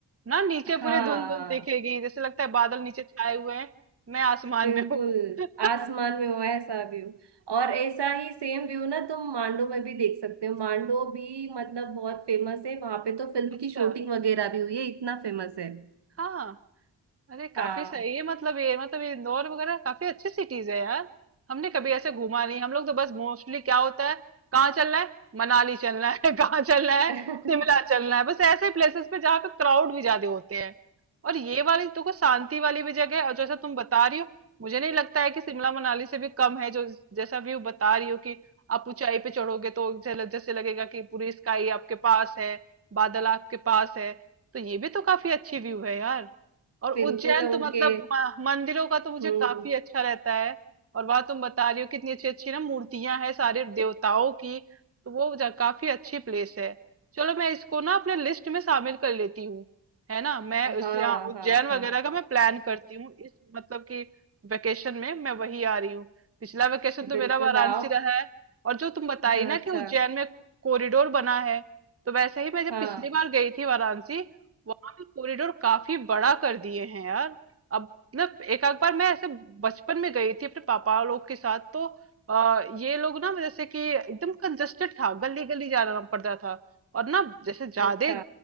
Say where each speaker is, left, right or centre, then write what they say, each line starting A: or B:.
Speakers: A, on the right; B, on the right.
A: ना नीचे
B: हाँ
A: पूरे धुंध धुंध दिखेगी जैसे लगता है बादल नीचे छाए हुए हैं मैं आसमान
B: बिल्कुल
A: में हूँ <laughs>
B: आसमान में हुआ है ऐसा व्यू और ऐसा ही सेम व्यू ना तुम मांडो में भी देख सकते हो मांडो भी मतलब बहुत फेमस है वहां पे तो फिल्म
A: अच्छा
B: की शूटिंग वगैरह भी हुई है इतना फेमस है
A: हाँ अरे काफी
B: हाँ
A: सही है मतलब ये मतलब ये इंदौर वगैरह काफी अच्छी सिटीज है यार हमने कभी ऐसे घूमा नहीं हम लोग तो बस मोस्टली क्या होता है कहाँ चलना है मनाली चलना है <laughs> कहाँ चलना है
B: <laughs>
A: शिमला चलना है बस ऐसे प्लेसेस पे जहाँ पे क्राउड भी ज्यादा होते हैं और ये वाली तो को शांति वाली भी जगह है और जैसा तुम बता रही हो मुझे नहीं लगता है कि शिमला मनाली से भी कम है जो जैसा व्यू बता रही हो कि आप ऊंचाई पे चढ़ोगे तो जैसे लग- जैसे लगेगा कि पूरी स्काई आपके पास है बादल आपके पास है तो ये भी तो काफी अच्छी व्यू है यार और
B: बिल्कुल
A: उज्जैन
B: उनके
A: तो मतलब म- मंदिरों का तो मुझे
B: हम्म
A: काफी अच्छा रहता है और वहां तुम बता रही हो कितनी अच्छी अच्छी ना मूर्तियां हैं सारे देवताओं की तो वो जा- काफी अच्छी प्लेस है चलो मैं इसको ना अपने लिस्ट में शामिल कर लेती हूँ है ना मैं उस
B: हाँ
A: यहाँ उज्जैन
B: हाँ
A: वगैरह
B: हाँ
A: का मैं प्लान करती हूँ इस मतलब कि वेकेशन में मैं वही आ रही हूँ पिछला वेकेशन तो
B: बिल्कुल
A: मेरा वाराणसी
B: आओ
A: रहा है और जो तुम बताई
B: हाँ
A: ना
B: अच्छा
A: कि उज्जैन में कॉरिडोर बना है तो वैसे ही मैं जब
B: हाँ
A: पिछली बार गई थी वाराणसी कॉरिडोर काफी बड़ा कर दिए हैं यार अब मतलब एक आध बार मैं ऐसे बचपन में गई थी अपने पापा लोग के साथ तो आ, ये लोग ना जैसे कि एकदम कंजस्टेड था गली गली जाना पड़ता था और ना जैसे ज्यादा
B: अच्छा